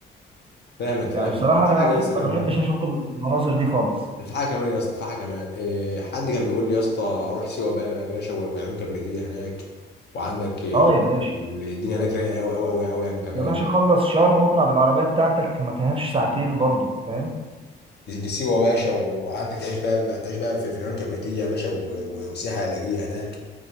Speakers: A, on the left; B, on the right.
A: فاهمك
B: يعني
A: ده
B: بصراحه
A: في
B: انا
A: حاجة
B: أنا
A: يا اسطى كمان
B: ما بحبش اشوف المناظر دي خالص
A: ده في حاجة كمان يا اسطى في حاجة كمان إيه حد كان بيقول لي يا اسطى روح سيوة بقى يا باشا و- وعيون كبريتية هناك وعندك إيه
B: اه يا باشا
A: الدنيا هناك رايقة أوي أوي أوي أوي يعني كمان
B: يا باشا خلص شرم واطلع بالعربيه بتاعتك ما فيهاش ساعتين برضه فاهم
A: دي, دي سيوة يا باشا وعندك تعيش بقى, بقى تعيش بقى في, في العيون الكبريتية يا باشا و- و- وسياحة علاجية هناك